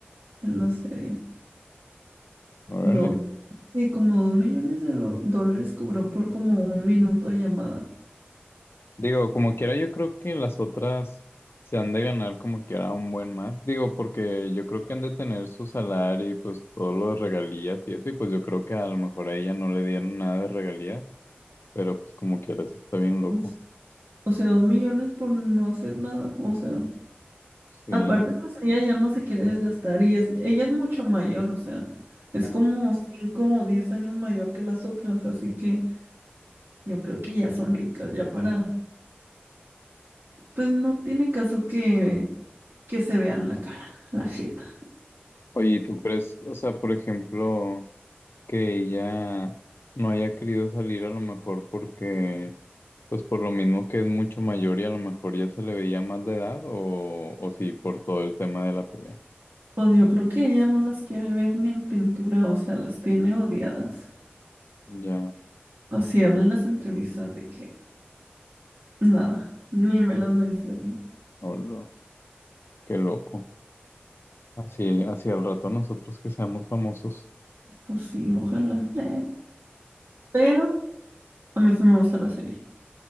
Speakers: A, on the right (about 90°); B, on the left (about 75°).
A: en la serie.
B: Órale.
A: Dos, sí, como dos millones de lo- dólares cobró por como un minuto de llamada.
B: Digo, como quiera, yo creo que las otras se han de ganar como quiera un buen más. Digo, porque yo creo que han de tener su salario y pues todos los regalías y eso. Y pues yo creo que a lo mejor a ella no le dieron nada de regalías, pero pues como quiera, sí está bien loco.
A: O s- o sea, dos millones por no hacer nada. O sea.
B: Sí.
A: Aparte, pues ella ya no se quiere desgastar y es, ella es mucho mayor, o sea, es
B: Ah,
A: como 5 o 10 años mayor que las otras, así que yo creo que ya son ricas, ya para, pues no tiene caso que, que se vean la cara, la jeta.
B: Oye, ¿y ¿tú crees, o sea, por ejemplo. que ella no haya querido salir a lo mejor porque, pues por lo mismo que es mucho mayor y a lo mejor ya se le veía más de edad o, o sí, por todo el tema de la pelea.
A: Pues yo creo que ella no las quiere ver ni en pintura, o sea, las tiene odiadas.
B: Ya,
A: Así hablan las entrevistas de que nada, ni me las mencioné.
B: hola, qué loco. Así, así al rato nosotros que seamos famosos.
A: Pues sí, ojalá. eh. Pero a mí sí me gusta la serie.